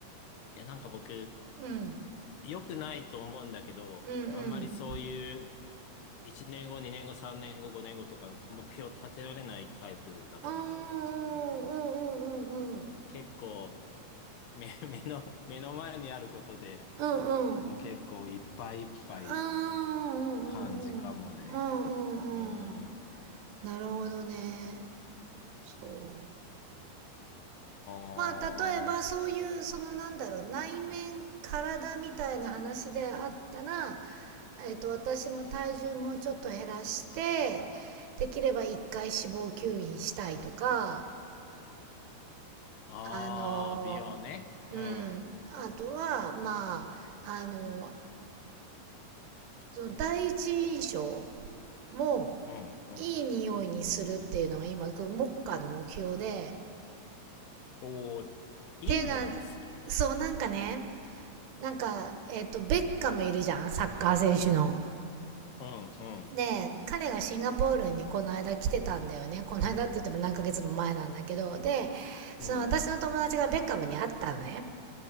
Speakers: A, on the left (about 75°); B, on the right (about 80°).
A: いや、なんか僕、
B: うん、
A: 良くないと思うんだけど、
B: うん、うん。
A: あんまりそういう、い1年後、2年後、3年後、5年後とか、目標立てられないタイプだと思うのね、
B: あー、
A: 自分で。
B: うん、うん、うん、うん。
A: 結構、目、<laughs> 目の、目の前にあることで、
B: うん、うん。
A: もう結構いっぱいいっぱいっ
B: あー、うん、
A: て感じかもね。
B: うん、うん。うん、うん、
A: うん。あ
B: うん。なるほどね。そう。
A: ー
B: まあ、例えばそういう、そのなんだろう、内面体みたいな話であったら、えっ、と、私も体重もうちょっと減らして、できれば一回脂肪吸引したいとか、
A: ああ、
B: あの、
A: 美容ね。うん、
B: うん。
A: う
B: あとは、まあ、あの、その第一印象も
A: ん、うん。
B: いい匂いにするっていうのが今、モッ目下の目標で。
A: おお、いい匂いにする
B: っていうのは、そう、なんかね、なんか、えっ、と、ベッカムいるじゃん、サッカー選手の。
A: うん、うん、
B: で、彼がシンガポールにこの間来てたんだよね。この間って言っても何ヶ月も前なんだけど。で、その私の友達がベッカムに会ったのね。
A: うん、